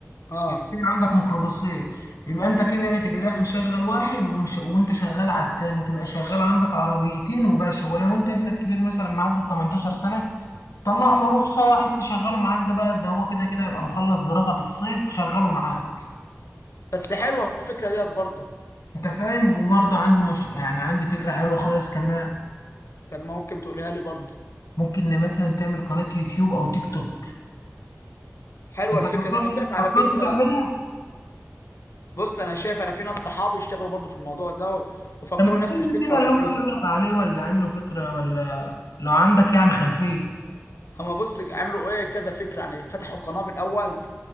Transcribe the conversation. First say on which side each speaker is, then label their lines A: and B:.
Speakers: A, on the left; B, on the left.
A: اه
B: يبقى كده عندك ميكروباصين يبقى انت كده ايه تجي رايح مشغل واحد ومش وانت شغال على التاني تبقى شغال عندك عربيتين وباشا ولو انت ابنك كبير مثلا معدي ال 18 سنه طلع له رخصه عايز تشغله معاك ده بقى ده هو كده كده يبقى مخلص دراسه في الصيف وشغله معاك
A: بس حلوه الفكره ديت برضه
B: انت فاهم وبرضه عندي مش... يعني عندي فكره حلوه خالص كمان
A: طب ما ممكن تقولها لي برضه
B: ممكن إن مثلا تعمل قناه يوتيوب او تيك توك
A: حلوه
B: انت
A: الفكره
B: فكرت
A: دي انا شايف على
B: فكرت
A: فكره
B: تعملها
A: بص انا شايف انا في ناس صحابي اشتغلوا برضو في الموضوع ده و- وفكروا
B: لما
A: نفس
B: تقول لي
A: الفكره
B: كده
A: وعملوها
B: اللي هم قالوا لك عليه ولا عملوا فكره ولا لو عندك يعني خلفيه
A: هما بص عملوا ايه كذا فكره يعني فتحوا قناه في الاول